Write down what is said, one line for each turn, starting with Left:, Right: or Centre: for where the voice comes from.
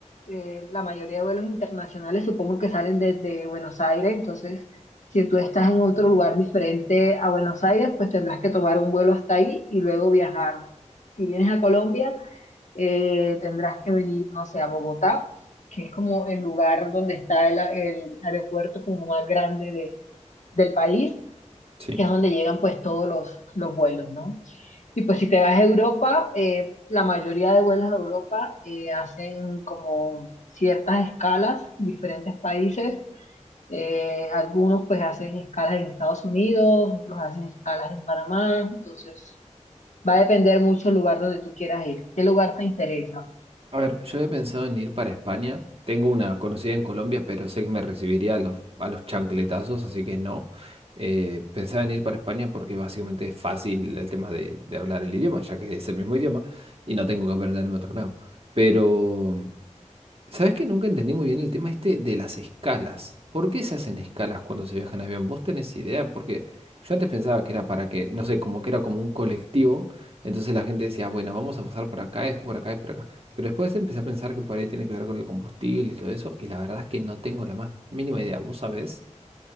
Left: eh, la mayoría de vuelos internacionales supongo que salen desde Buenos Aires. Entonces, si tú estás en otro lugar diferente a Buenos Aires, pues tendrás que tomar un vuelo hasta ahí y luego viajar. Si vienes a Colombia, eh, tendrás que venir, no sé, a Bogotá, que es como el lugar donde está el, el aeropuerto como más grande de- del país
Right: sí.
Left: que es donde llegan pues todos los, los vuelos, ¿no? Y pues si te vas a Europa, eh, la mayoría de vuelos a Europa eh, hacen como ciertas escalas, diferentes países. Eh, algunos pues hacen escalas en Estados Unidos, otros hacen escalas en Panamá, entonces va a depender mucho el lugar donde tú quieras ir, qué lugar te interesa.
Right: A ver, yo he pensado en ir para España. Tengo una conocida en Colombia, pero sé que me recibiría a los, a los chancletazos, así que no. Eh, pensaba en ir para España porque básicamente es fácil el tema de, de hablar el idioma, ya que es el mismo idioma y no tengo que aprenderme otro nuevo. Pero ¿Sabés que nunca entendí muy bien el tema este de las escalas? ¿Por qué se hacen escalas cuando se viaja en avión? ¿Vos tenés idea? Porque yo antes pensaba que era para que, no sé, como que era como un colectivo, entonces la gente decía, bueno, vamos a pasar por acá, después por acá y por acá. Pero después empecé a pensar que por ahí tiene que ver con el combustible y todo eso, y la verdad es que no tengo la más mínima idea. ¿Vos sabés?